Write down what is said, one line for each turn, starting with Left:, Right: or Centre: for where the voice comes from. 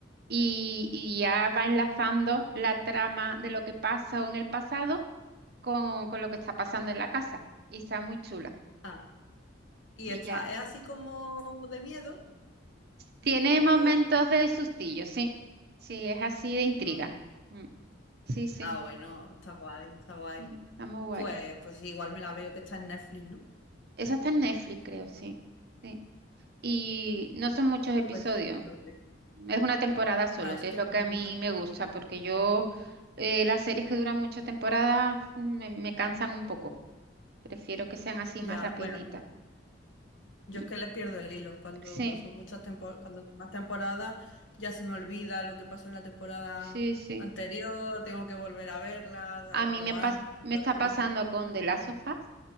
Right: Y, y ya va enlazando la trama de lo que pasó en el pasado con, con lo que está pasando en la casa. Y está muy chula.
Left: ah. Y
Right: Sí,
Left: esta
Right: ya.
Left: es así como de miedo,
Right: Tiene
Left: así como oscura.
Right: momentos de sustillo, sí. Sí, es así de intriga.
Left: Mm.
Right: Mm, Sí, sí,
Left: Ah, bueno, está guay, está guay.
Right: sí, está muy guay.
Left: Pues, pues sí, igual me la veo que está en Netflix, ¿no?
Right: Esa está en Netflix, creo, sí. Sí. Y no son muchos episodios.
Left: Pues, probable.
Right: Es una temporada solo,
Left: Ah, eso
Right: que es
Left: te
Right: lo
Left: iba
Right: que
Left: a preguntar.
Right: a mí me gusta, porque yo eh, las series que duran muchas temporadas mm, me, me cansan un poco. Prefiero que sean así
Left: Ya,
Right: más Ah, rapiditas.
Left: bueno, yo
Right: Mm,
Left: es que les pierdo el hilo. Cuando
Right: Sí,
Left: son muchas temporadas, cuando son más temporadas, ya se me olvida lo que pasó en la temporada
Right: sí, sí.
Left: anterior, tengo que volver a verla,
Right: A
Left: a los
Right: mí
Left: dos
Right: me
Left: años,
Right: pas-
Left: cuando
Right: me está
Left: ha salido,
Right: pasando con The Last of Us.